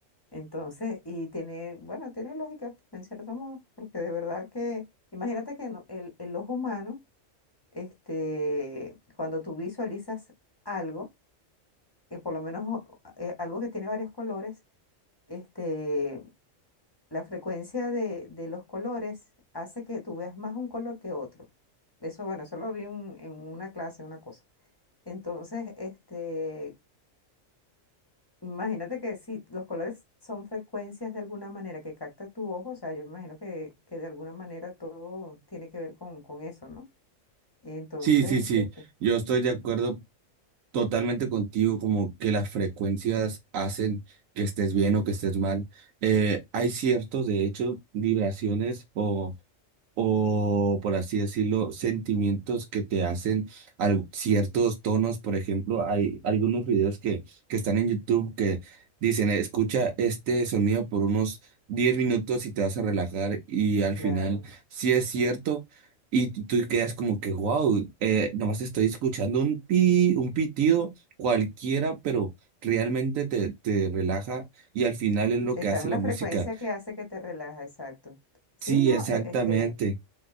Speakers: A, on the left (about 20°); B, on the right (about 80°).
A: Entonces, y tiene, bueno, tiene lógica, en cierto modo, porque de verdad que, imagínate que no- el, el ojo humano, este, cuando tú visualizas algo, eh, por lo menos o- eh, algo que tiene varios colores, este, la frecuencia de, de los colores hace que tú veas más un color que otro. Eso, bueno, eso lo vi un- en una clase, una cosa. Entonces, este, Imagínate que si los colores son frecuencias de alguna manera que capta tu ojo, o sea, yo me imagino que, que de alguna manera todo tiene que ver con, con eso, ¿no? Entonces,
B: Sí, sí, sí,
A: este,
B: yo estoy de acuerdo totalmente contigo, como que las frecuencias hacen que estés bien o que estés mal. Eh, hay ciertos, de hecho, vibraciones o o, por así decirlo, sentimientos que te hacen al- ciertos tonos. Por ejemplo, hay algunos videos que, que están en YouTube que dicen, escucha este sonido por unos 10 minutos y te vas a relajar y al
A: claro,
B: final sí es cierto. Y tú tú quedas como que, wow, nomás estoy escuchando un pi, un pitido cualquiera, pero realmente te, te relaja y al final es lo
A: está
B: que hace
A: en una
B: la música.
A: frecuencia que hace que te relaja, exacto. Sí,
B: Sí,
A: no,
B: exactamente.
A: E- este,